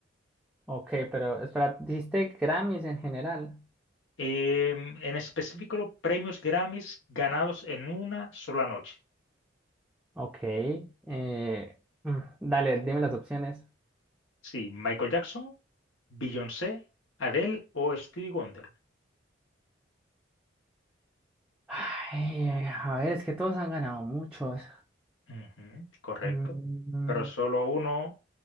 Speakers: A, in the centre; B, on the left.
A: Ok, pero espera, ¿diste Grammys en general?
B: Em, en específico, los premios Grammys ganados en una sola noche.
A: Ok. eh, mm, dale, dime las opciones.
B: Sí, Michael Jackson, Beyoncé, Adele o Stevie Wonder.
A: Ay, a ver, es que todos han ganado muchos.
B: Ujú, correcto.
A: Mm,
B: Pero solo uno,